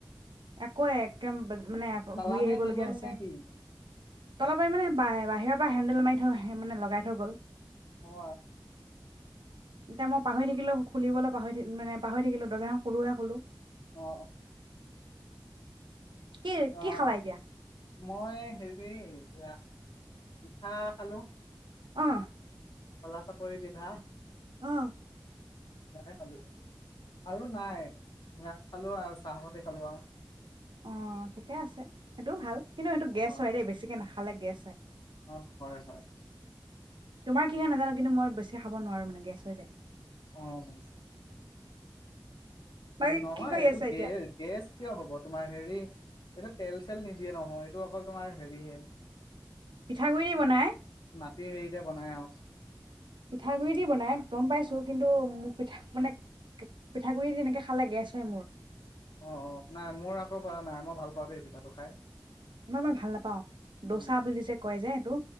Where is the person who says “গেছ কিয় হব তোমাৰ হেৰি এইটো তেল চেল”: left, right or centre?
Left